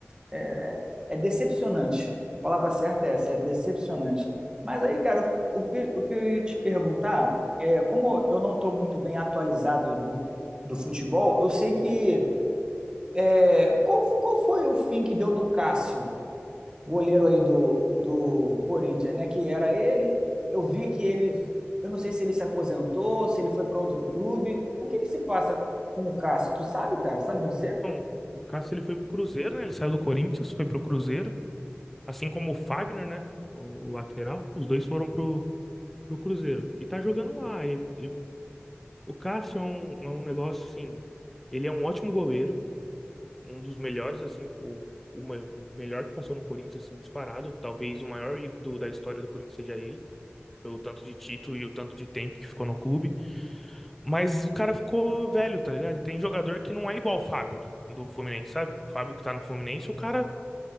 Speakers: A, on the right; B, in the centre.
A: é, é decepcionante. A palavra certa é essa, é decepcionante. Mas aí, cara, o, o que, o que eu ia te perguntar é, como eu não estou muito bem atualizado do, do futebol, eu sei que é, qual, qual foi o fim que deu no Cássio, goleiro aí do, do Corinthians, né? Que era ele. Eu vi que ele, eu não sei se ele se aposentou, se ele foi para outro clube. O que que se passa com o Cássio? Tu sabe, cara? Sabe me dizer?
B: Bom, o Cássio ele foi pro Cruzeiro, né? Ele saiu do Corinthians, foi pro Cruzeiro, assim como o Fagner, né? O, o lateral, os dois foram pro, pro Cruzeiro. E tá jogando lá. E, e o Cássio é um, é um negócio assim. Ele é um ótimo goleiro, um dos melhores, assim, o, o me- melhor que passou no Corinthians, assim, disparado. Talvez o maior ídolo da história do Corinthians seja ele, pelo tanto de título e o tanto de tempo que ficou no clube. Mas o cara ficou velho, tá ligado? E tem jogador que não é igual o Fábio do, do Fluminense, sabe? O Fábio que tá no Fluminense, o cara